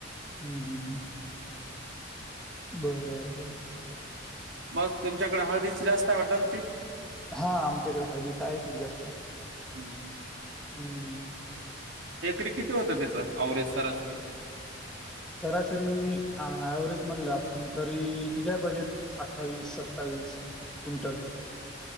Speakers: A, in the centre; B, on the right.
A: हम हम ह. बरं बरं.
B: मग तुमच्याकडे हळदीचं जास्त आहे वाटतं ना पीक
A: हा आमच्याकडे हळदीचा आहे जास्त.
B: हम्म हम्
A: हम्
B: एककरी किती होतं त्याचं अवरेज सरासरी?
A: सरासरी ऍव्हरेज म्हणलं आपण तरी निघाय पाहिजेत. अठ्ठावीस सत्तावीस क्विंटल.